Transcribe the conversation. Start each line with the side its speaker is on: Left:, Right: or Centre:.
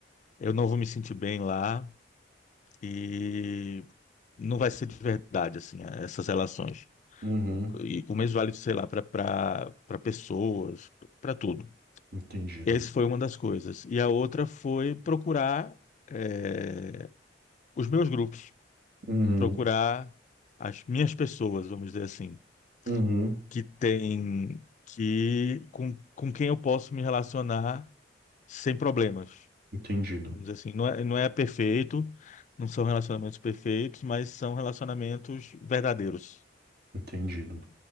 Left: Eu não vou me sentir bem lá e não vai ser de verdade, assim, essas relações.
Right: uhum,
Left: E o mesmo vale, sei lá, para pessoas, para tudo.
Right: entendido.
Left: Essa foi uma das coisas. E a outra foi procurar eh, os meus grupos,
Right: Uhum,
Left: procurar as minhas pessoas, vamos dizer assim,
Right: uhum,
Left: que tem que com, com quem eu posso me relacionar sem problemas.
Right: entendido,
Left: Vamos dizer assim, não é, não é perfeito, não são relacionamentos perfeitos, mas são relacionamentos verdadeiros.
Right: entendido.